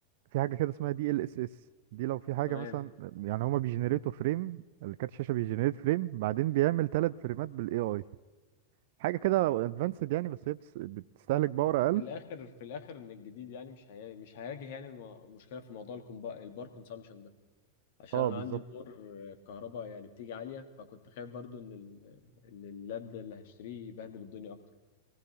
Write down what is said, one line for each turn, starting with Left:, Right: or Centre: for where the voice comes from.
Right: في حاجة كده اسمها دي ال اس اس دي لو في حاجة
Left: تمام
Right: مثلا يعني هما بيجنريتوا فريم الكارت الشاشة بيجنريت فريم بعدين بيعمل ثلاث فريمات بالاي اي حاجة كده ادفانسد يعني بس هي بتس- بتستهلك باور اقل
Left: في الاخر في الاخر ان الجديد يعني مش هي... مش هيواجه يعني م- مشكله في موضوع الكومبا... البار كونسامشن ده عشان
Right: اه
Left: انا
Right: بالظبط
Left: عندي دور الكهرباء يعني بتيجي عاليه فكنت خايف برضو ان ال... ان اللاب ده اللي هشتريه يبهدل الدنيا اكتر